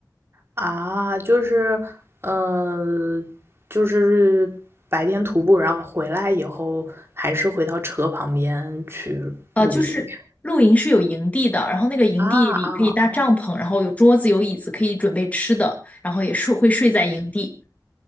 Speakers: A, on the right; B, on the left.
A: 啊，就是呃，就是白天徒步，然后回来以后还是回到车旁边去露营。
B: 呃，就是露营是有营地的，然后那个营地里可以搭帐篷，
A: 啊啊啊！
B: 然后有桌子、有椅子，可以准备吃的，然后也是会睡在营地。
A: 嗯